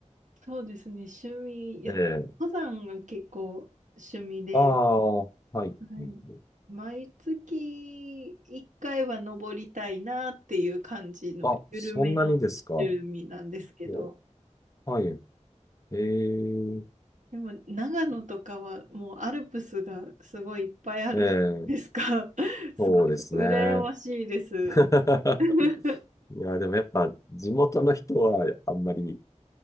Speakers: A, on the right (about 80°); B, on the left (about 25°).
A: そうですね、趣味、いや、
B: ええ。
A: 登山が結構趣味で、
B: ああ、はい。はいはい
A: はい。毎月1回は登りたいなっていう感じの緩めの趣味なんですけど、
B: あ、そんなにですかおはい。ええ、
A: でも長野とかはもうアルプスがすごいいっぱいあるじゃないですか。
B: ええ、
A: <laughs> すごい羨ましいです。
B: そうですね。<laughs>
A: <laughs>
B: いや、でもやっぱ地元の人はあんまり